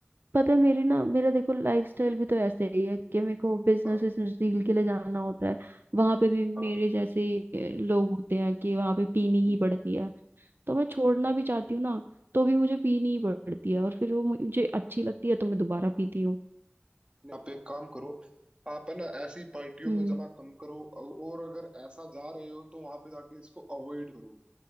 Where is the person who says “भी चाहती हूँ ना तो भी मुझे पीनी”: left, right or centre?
Right